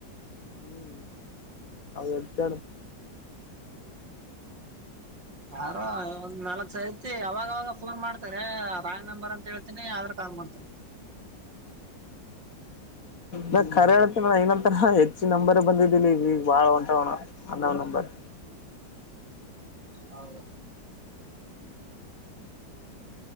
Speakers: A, on the left; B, on the right.
A: ಹ್ಮ್ ಅವ ಎಡ್ತ
B: ಯಾರೋ ಒಂದ್ ನಲ್ಕಕ್ ಸೈತಿ ಅವಾಗ ಅವವಾಗ ಫೋನ್ ಮಾಡ್ತಾರೆ ರಾಂಗ್ ನಂಬರ್ ಅಂತ ಹೇಳ ಅನ್ನ ಯಾವ್ದ್ರ ಕಾಲ ಮಾಡ್ತೇನೆ
A: ನ ಕರೆ ಹೇಳ್ತನಣ ಏನಂತ ಹೆಚ್ಚ ನಂಬರ್ ಬಂದಿದ್ದಿಲ್ಲ ಈಗ ಈಗ ಬಾಳ ಹೊಂಟ ಹೋಣ ಅನ್ನವ್ ನಂಬರ್
B: <inaudible> ಹೌದ